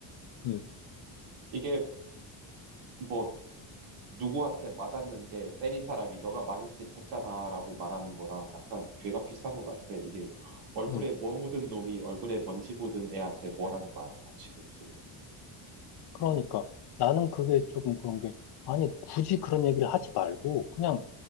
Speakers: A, on the left (about 55°); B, on the right (about 90°).
A: 음,
B: 이게 뭐 누구한테 맞았는데 때린 사람이 너가 맞을 짓 했잖아라고 말하는 거랑 약간 괴가 비슷한 것 같아. 이게 얼굴에
A: 음.
B: 뭐 묻은 놈이 얼굴에 먼지 묻은 애한테 뭐라는 거 아니야, 지금 보면.
A: 그러니까 나는 그게 조금 그런 게, 아니, 굳이 그런 얘기를 하지 말고, 그냥